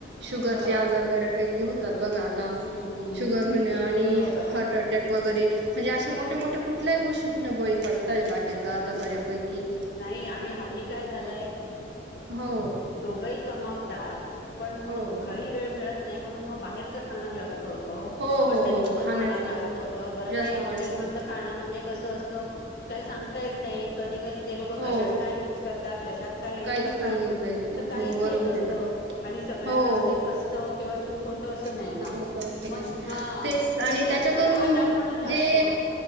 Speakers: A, on the right (about 80°); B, on the left (about 55°).
A: शुगर
B: हो
A: चे आजार बरे पैकी होतात बघा आता
B: हम्म हम्म
A: साखर
B: हम्म
A: चे आजार आणि
B: बरोबर
A: हृदयविकाराचा आजार वगैरे म्हणजे असे मोठ मोठ्या कुठल्याही गोष्टींना बळी पडतात पडताय बायका आता बऱ्यापैकी
B: ह नाही आणि हल्ली काय झालंय
A: हो
B: दोघही कमावतात त्याात पण
A: हो
B: मग घरीही वेळ मिळत नाही नाही म्हणून मग बाहेरचं खाणं जास्त
A: हो
B: हॉटेल
A: हो हो
B: मधलं
A: खाण्याच
B: खांणे
A: तर
B: जास्त होत, बर
A: जास्तीत
B: ते हॉटेल
A: जास्त
B: मधलं खाणं म्हणजे कसं असत काय सांग येत नाही कधी- कधी ते लोक
A: हो
B: कशात काय भेसळ करतात कशात काय
A: काही
B: हे करतात
A: सांगता येत नाही
B: तर काहीच
A: हो बरोबर
B: हे नसतं
A: आहे ना
B: आणि सगळ्यांनाच
A: हो
B: ते पचत किंवा सूट होत असं नाही
A: सुट
B: ना
A: होत असं
B: मग
A: नाही
B: हा
A: तेच आणि
B: मग त्याच्यामुळे
A: त्याच्यातून
B: आजार पण जास्त
A: जे